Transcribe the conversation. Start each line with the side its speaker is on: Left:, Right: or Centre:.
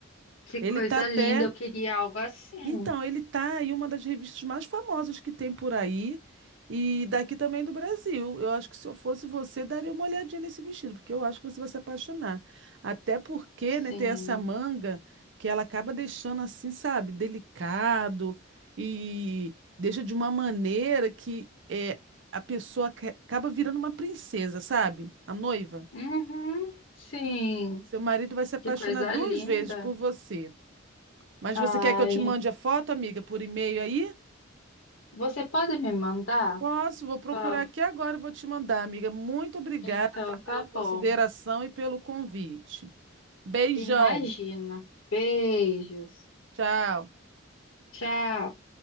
Left: que
Right: Ele
Left: coisa
Right: tá até
Left: linda. Eu queria algo assim.
Right: Então, ele tá em uma das revistas mais famosas que tem por aí e daqui também do Brasil. Eu acho que se eu fosse você, daria uma olhadinha nesse vestido, porque eu acho que você vai se apaixonar. Até porque,
Left: Sim.
Right: né, tem essa manga que ela acaba deixando assim, sabe, delicado e deixa de uma maneira que é, a pessoa ca- acaba virando uma princesa, sabe? A noiva.
Left: Uhum, sim,
Right: Seu marido vai se apaixonar
Left: que coisa
Right: duas
Left: linda.
Right: vezes por você. Mas
Left: Ai,
Right: você quer que eu te mande a foto, amiga, por e-mail aí?
Left: você pode me mandar?
Right: Posso, vou procurar
Left: Pau?
Right: aqui agora e vou te mandar, amiga. Muito obrigada,
Left: Então,
Right: tá,
Left: tá
Right: pela
Left: bom.
Right: consideração e pelo convite. Beijão.
Left: Imagina. Beijos.
Right: Tchau.
Left: Tchau.